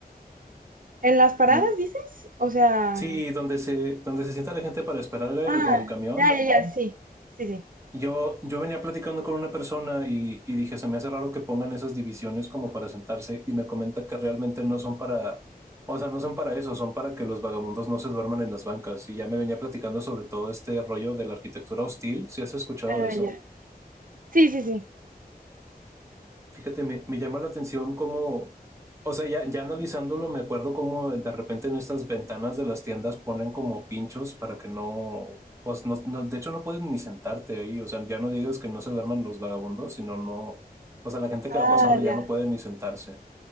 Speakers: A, on the right; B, on the right.
A: ¿En las paradas
B: Me,
A: dices? O sea,
B: sí, donde se, donde se sienta la gente para esperar el,
A: ah,
B: el camión,
A: ya, ya, ya, sí. Sí, sí.
B: Yo, yo venía platicando con una persona y, y dije, se me hace raro que pongan esas divisiones como para sentarse y me comenta que realmente no son para, o sea, no son para eso, son para que los vagabundos no se duerman en las bancas. Y ya me venía platicando sobre todo este rollo de la arquitectura hostil, si has escuchado
A: Ah,
B: de eso?
A: ya. Sí, sí, sí.
B: Fíjate, me, me llama la atención cómo, o sea, ya, ya analizándolo, me acuerdo cómo de repente en estas ventanas de las tiendas ponen como pinchos para que no, pues no, no- de hecho no puedes ni sentarte ahí, o sea, ya no digas que no se duerman los vagabundos, sino no, o sea, la gente
A: Ah,
B: que va pasando ya
A: ya.
B: no puede ni sentarse.